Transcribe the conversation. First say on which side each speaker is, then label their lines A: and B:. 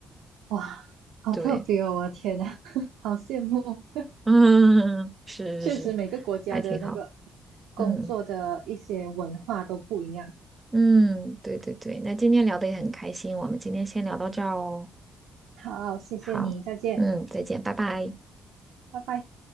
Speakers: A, on the right; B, on the right.
A: 哇，好特别哦！
B: 对，
A: 我的天呐，<laughs> 好羡慕。
B: <laughs> 嗯，是是是，
A: 确实，每个国家的那个
B: 还挺好，
A: 工作的一些文化都不一样。
B: 嗯。嗯，对对对，那今天聊的也很开心，我们今天先聊到这儿哦。
A: 好，谢谢你，
B: 好，
A: 再见，
B: 嗯，再见，拜拜。
A: 拜拜。